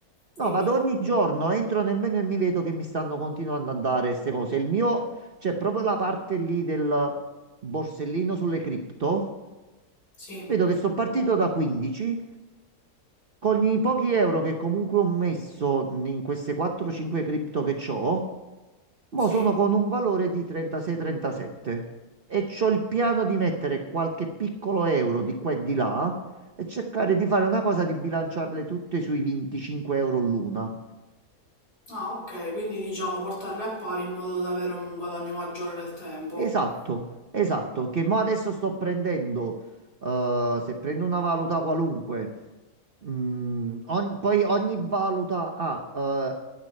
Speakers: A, on the left; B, on the right.
A: dimmi.
B: No, vado ogni giorno, entro nel menu e mi vedo che mi stanno continuando a dare queste cose. Il mio, c'è proprio la parte lì del borsellino sulle cripto.
A: Sì,
B: Vedo che sono partito da 15. Con i pochi euro che comunque ho messo in queste 4-5 cripto che ho, mo
A: sì.
B: sono con un valore di 36-37. E c'ho il piano di mettere qualche piccolo euro di qua e di là e cercare di fare una cosa di bilanciarle tutte sui 25 euro l'una.
A: Ah, ok, quindi diciamo portarli a pari in modo da avere un guadagno maggiore nel tempo.
B: Esatto, esatto, che mo adesso sto prendendo, eh, se prendo una valuta qualunque, mm, ogn- poi ogni valuta ha, eh,